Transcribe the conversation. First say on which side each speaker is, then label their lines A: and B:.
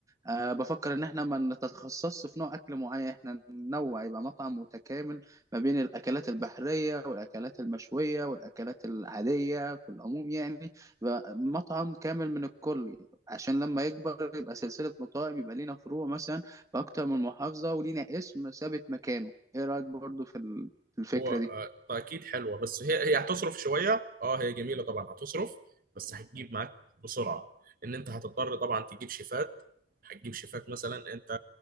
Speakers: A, on the right; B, on the right.
A: أه بفكر إن إحنا ما نتخصصش في نوع أكل معين إحنا ننوع يبقى مطعم متكامل ما بين الأكلات البحرية والأكلات المشوية والأكلات العادية في العموم يعني يبقى مطعم كامل من الكل عشان لما يكبر يبقى سلسلة مطاعم يبقى لينا فروع مثلا في أكتر من محافظة ولينا اسم ثابت مكانه إيه رأيك برضو في ال- في الفكرة
B: هو آه،
A: دي؟
B: اكيد حلوه بس هي هي هتصرف شويه اه هي جميله طبعا هتصرف بس هتجيب معاك بسرعه ان انت هتضطر طبعا تجيب شيفات هتجيب شيفات مثلا انت